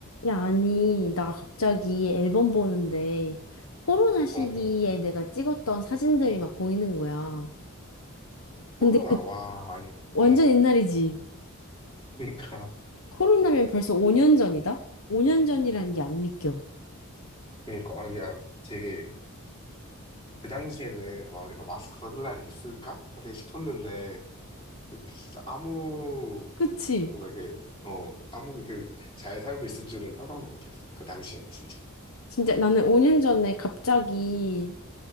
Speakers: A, on the left (about 75°); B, on the left (about 25°).
A: 야, 아니, 나 갑자기 앨범 보는데 코로나 시기에
B: 어, 어.
A: 내가 찍었던 사진들이 막 보이는 거야. 근데
B: 코로나,
A: 그
B: 와, 아니,
A: 완전
B: 어.
A: 옛날이지.
B: 그러니까,
A: 코로나면 벌써 5년 전이다? 5년 전이라는 게 안 믿겨.
B: 그러니까, 아, 그냥 되게, 그 당시에는, 와, 우리가 마스크 벗을 날이 있을까? 되게 싶었는데, 진짜 아무,
A: 그치?
B: 뭔가 이게, 어, 아무 이게 잘 살고 있을 줄은 상상도 못했어. 그 당시에는, 진짜.
A: 진짜 나는 5년 전에 갑자기